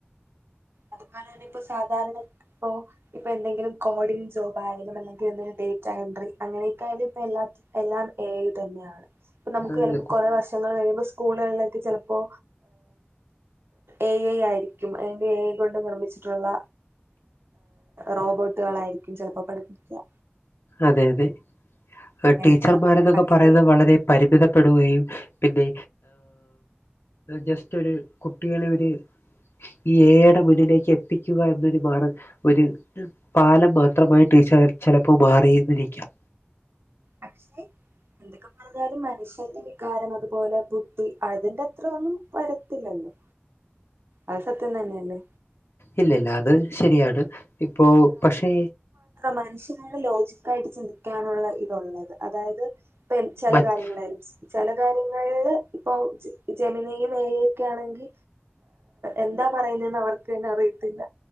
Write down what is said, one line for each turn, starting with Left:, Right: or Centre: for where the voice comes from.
Right: അതുപോലെ തന്നെ ഇപ്പൊ സാധാരണ ഇപ്പോ ഇപ്പൊ എന്തെങ്കിലും കോഡിംഗ് ജോബായാലും അല്ലെങ്കിൽ എന്തെങ്കിലും ഡേറ്റ്എൻട്രി അങ്ങനെയൊക്കൊയാലും എല്ലാം എല്ലാം എ ഐതന്നെയാണ് ഇപ്പൊ നമുക്ക്
Left: അതെ
Right: എളു
Left: കു-
Right: കുറ വർഷങ്ങൾ കഴിയുമ്പോ സ്കൂളിലെക്കെ ചെലപ്പോ ഏ ഐ ആയിരിക്കും അതിൻ്റെ ഏ ഐ ണ്ട് നിർമ്മിച്ചിട്ടുള്ള റോബോട്ടുകളായിരിക്കും ചിലപ്പോ പഠിപ്പിക്കുക
Left: അതെ അതെ ആ
Right: അങ്ങനെയൊക്കെ
Left: ടീച്ചർമാര്
Right: സംഭവിക്കാം
Left: തെക്കെ
Right: പക്ഷേ
Left: പറയുന്നത് വളരെ പരിമിതപ്പെടുകയും പിന്നെ ജസ്റ്റ് ഒരു കുട്ടികളെ ഒരു എ ഐ ടെ മുന്നിലേക്ക് എത്തിക്കുക എന്നൊരു മാ ണ്ട് ഒരു പാലം മാത്രമായിട്ട് ടീച്ചറെ ചിലപ്പോ അപ്പ മാറിന്നിരിക്കാം
Right: പക്ഷെ എന്തൊക്കെ പറഞ്ഞാലും മനുഷ്യന്റെ വികാരം അതുപോലെ ബുദ്ധി അതിൻ്റെ അത്ര ഒന്നും വരത്തില്ലല്ലോ അത് സത്യം തന്നെയല്ലേ
Left: ഇല്ല ഇല്ല അത് ശരിയാണ് ഇപ്പോ പക്ഷേ
Right: മനുഷ്യനായാല് ലോജിക്കായിട്ട് ചിന്തിക്കാനുള്ള ഇതുള്ളത് അതായത് ഇപ്പൻ ചെല
Left: മറ്റ്
Right: കാര്യങ്ങളായാലും ചില കാര്യങ്ങളില് ഇപ്പൊ ജ ജമീനിയും എ. ഇ. യുക്കെ ആണെങ്കിൽ എന്താ പറയുന്നെന്ന് അവർക്ക് തന്നെ അറിയത്തില്ല